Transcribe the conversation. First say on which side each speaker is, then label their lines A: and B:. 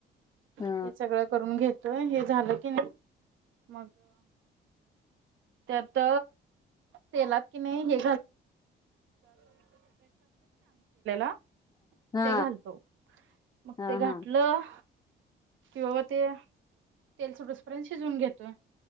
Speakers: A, on the right; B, on the left.
A: हे
B: हा
A: सगळं करून घेत. <unintelligible> त्यात तेलात की नाही, हे <unintelligible> ते
B: हा
A: घालतो. मग
B: हा
A: ते घातलं
B: हा
A: किंवा ते तेल सोडस पर्यंत शिजवून घेतोय